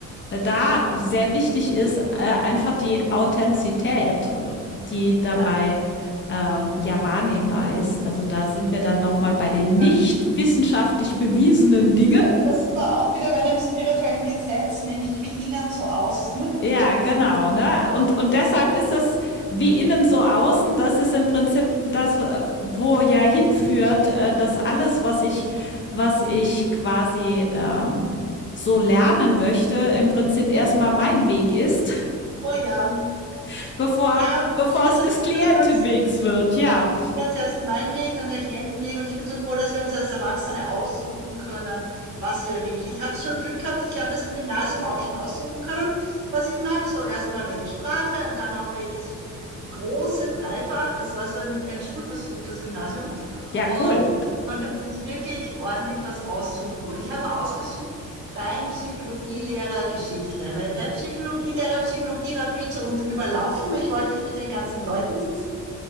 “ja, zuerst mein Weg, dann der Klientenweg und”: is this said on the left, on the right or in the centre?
Right